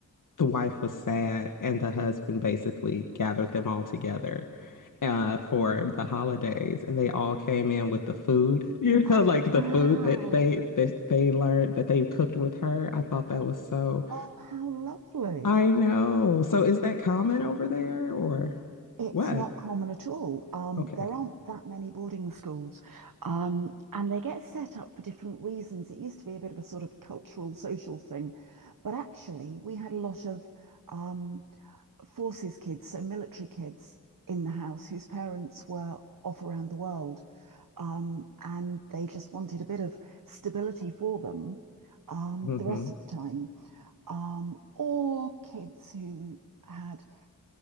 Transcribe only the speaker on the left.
the wife was sad, and the husband basically gathered them all together uh, for the holidays, and they all came in with the food, <laughs> you
know, like
the food that they that they learned that they cooked with her. I thought that was so.
I know. So is that common over there, or
what?
Okay.
hmm